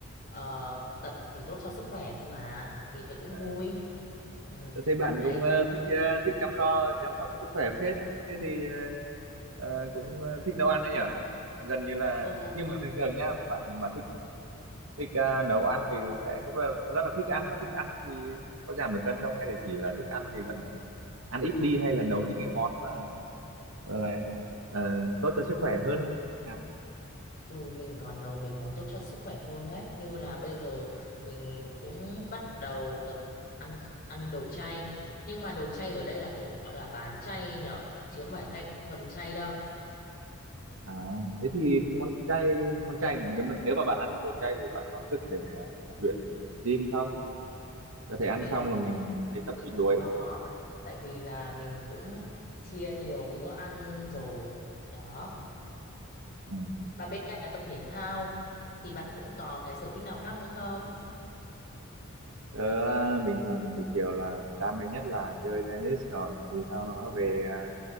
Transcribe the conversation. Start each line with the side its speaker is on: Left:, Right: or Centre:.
Left: ờ, tập thì tốt cho sức khỏe thôi mà thì thấy cũng
Right: À.
Left: vui. Ừ.
Right: Tôi thấy bạn
Left: Đấy,
Right: cũng ờ, thích ờ, thích chăm lo chăm sóc sức khỏe phết. Thế thì ờ, ờ, cũng ờ, thích nấu ăn đấy nhỉ? Gần như là
Left: ừ,
Right: nhưng mà thường thường nhá, bạn mà thích thích ờ, nấu ăn thì sẽ cũng là rất là thích ăn mà thích ăn thì có giảm được cân không hay là chỉ là thích ăn thì vẫn ăn ít đi hay là nấu những cái món mà ờ, là ờ, tốt cho sức khỏe hơn nào?
Left: ừ, mình còn nấu mấy món tốt cho sức khỏe hơn đấy. Như là bây giờ mình cũng bắt đầu tập ăn ăn đồ chay. Nhưng mà đồ chay ở đây là kiểu gọi là bán chay nhở, chứ không phải thay thuần chay đâu.
Right: À, thế thì cái món chay món chay nếu, mà- nếu mà bạn ăn đồ chay thì bạn có sức để ờ, tập luyện gym không? Có thể ăn
Left: Mình
Right: xong là mình thấy tập
Left: mình
Right: bị đuối.
Left: cũng có, tại vì là mình cũng chia nhiều bữa ăn rồi. Đó.
Right: Ừ.
Left: Mà bên cạnh là tập thể thao thì bạn cũng có cái sở thích nào khác nữa không?
Right: Ờ, bình thường buổi chiều là đam mê nhất là chơi tennis rồi thì sau đó về à,